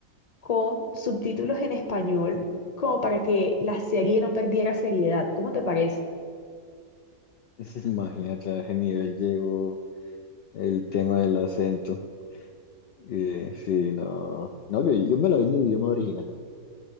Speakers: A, on the left (about 30°); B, on the left (about 65°).
A: con subtítulos en español, como para que la serie no perdiera seriedad. ¿Cómo te parece?
B: O sea, <laughs> imagínate a ese nivel llegó el tema del acento. Eh, sí, no. No, yo, yo me lo vi en idioma original.